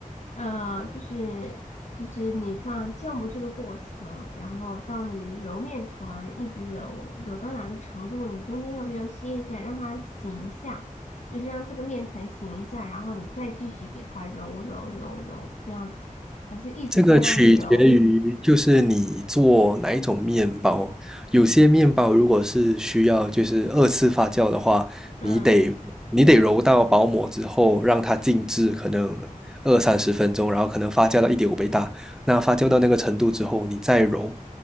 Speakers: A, on the left; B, in the centre.
A: 呃，就是就是你放酵母这个过程，然后到你揉面团，一直揉揉到哪个程度，你中间要不要歇一下，让它醒一下，就是让这个面团醒一下，然后你再继续给它揉揉揉揉，这样子，还是一直在那里揉？
B: 这个取决于就是你做哪一种面包，有些面包如果是需要就是二次发酵的话，
A: 嗯，
B: 你得你得揉到薄膜之后让它静置，可能二三十分钟，然后可能发酵到一点五倍大，那发酵到那个程度之后，你再揉，